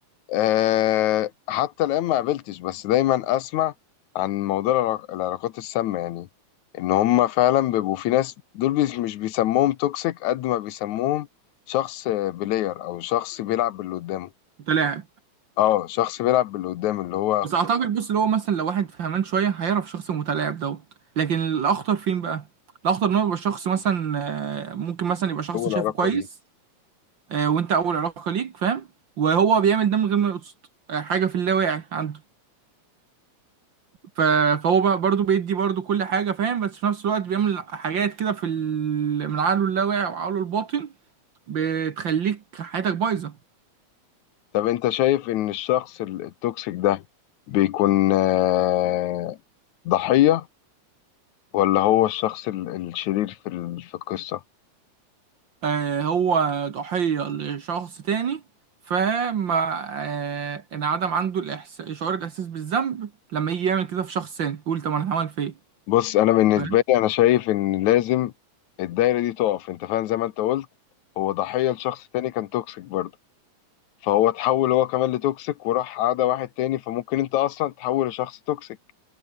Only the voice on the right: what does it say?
انت لاعب
بس اعتقد بص اللي هو مثلا لو واحد فهمان شويه هيعرف الشخص المتلاعب دوت لكن الاخطر فين بقى الاخطر ان هو يبقى شخص مثلا آه، ممكن مثلا يبقى شخص
شايفه كويس
آه، وانت اول علاقه ليك فاهم وهو بيعمل ده من غير ما يقصد آه، حاجه في اللاواعي عنده ف- فهو بقى برضه بيدي برضه كل حاجه فاهم بس في نفس الوقت بيعمل حاجات كده في ال... من عقله اللاواعي وعقله الباطن بتخليك حياتك بايظه
آه، هو ضحية لشخص تاني فما آه، انعدم عنده الإحس... شعور الإحساس بالذنب لما يجي يعمل كده في شخص تاني يقول طب أنا هعمل في إيه
فاهم